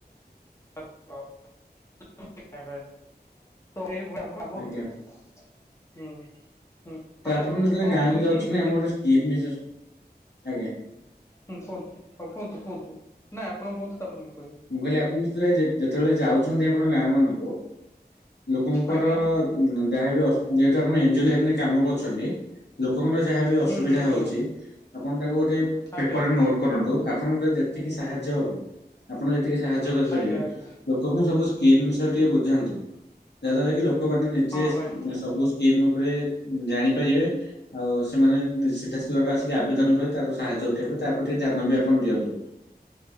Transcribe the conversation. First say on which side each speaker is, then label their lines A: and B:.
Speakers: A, on the left; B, on the left.
A: <unintelligible> <unintelligible> ତ ଏଇ ଭଳିଆ କାମ ଆମର
B: ଆଜ୍ଞା
A: ହୋଉଚି ଭାଇ ହୁଁ ହୁଁ
B: ତ
A: ଭାଇ
B: ଆପଣ
A: ଆଉ
B: ଯେତେବେଳେ
A: କଣ
B: ଗାଁକୁ
A: କହୁଥିଲି
B: ଯାଉଛନ୍ତି
A: କି ଏତିକି
B: ଆମ ଗୋଟେ ସ୍କିମ୍ ବିଶେଷ ଆଜ୍ଞା
A: ହୁଁ କୁହନ୍ତୁ ହଁ କୁହନ୍ତୁ କୁହନ୍ତୁ ନାଇଁ ଆପଣ କୁହନ୍ତୁ ତାପରେ ମୁଁ କହିବି।
B: ମୁଁ କହିଲି ଆପଣ ଯେତେବେଳେ ଯେତେବେଳେ ଯାଉଚନ୍ତି ଆପଣ ଗାଁ ମାନଙ୍କୁ ଲୋକଙ୍କର
A: ଆଜ୍ଞା
B: ଉଁ ଙ୍ଗ ଯାହାବି ଅସୁ ଯେହେତୁ ଆପଣ ଏଞ୍ଜିଓ ଲାଇନ ରେ କାମ କରୁଚନ୍ତି ଲୋକ ଲୋକଙ୍କର ଯାହା ବି ଅସୁବିଧା
A: ହୁଁ ହୁଁ ହୁଁ
B: ହଉଚି ଆପଣ ତାକୁ ଗୋଟେ
A: ଆଜ୍ଞା
B: ପେପରରେ ନୋଟ୍ କରନ୍ତୁ ଆପଣଙ୍କ ର ଯେତିକି ସାହାଯ୍ୟ ହବ ଆପଣ ଯେତିକି ସାହାଯ୍ୟ କରିପାରିବେ
A: ଆଜ୍ଞା ଆଜ୍ଞା
B: ଲୋକଙ୍କୁ ସବୁ ସ୍କିମ୍ ବିଷୟରେ ଟିକେ ବୁଝାନ୍ତୁ ଯାହା ଦ୍ଵାରା କି ଲୋକ ଲୋକମାନେ ନିଜେ
A: ହଁ ଭାଇ।
B: ସବୁ ସ୍କିମ୍ ଉପରେ ଜାଣିପାରିବେ ଆଉ ସେମାନେ ସିଧା ସଳଖ ଆସ ଟିକେ ଆବେଦନ କରି ତାର ସାହାଯ୍ୟ ଉଠେଇବେ ତାପରେ ଟିକେ ଧ୍ୟାନ ବି ଆପଣ ଦିଅନ୍ତୁ।